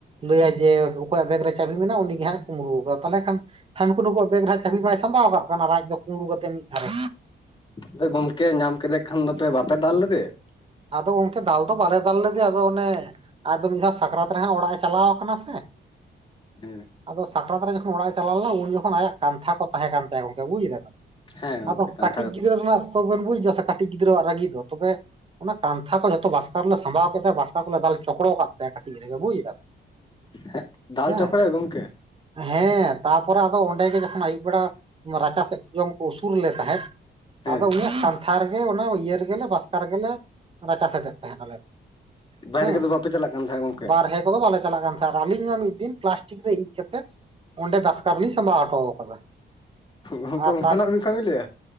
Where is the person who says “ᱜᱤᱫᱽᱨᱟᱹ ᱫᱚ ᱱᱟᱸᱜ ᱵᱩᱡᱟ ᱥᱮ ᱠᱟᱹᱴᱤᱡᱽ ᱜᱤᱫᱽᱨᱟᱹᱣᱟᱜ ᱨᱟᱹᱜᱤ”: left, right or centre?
Right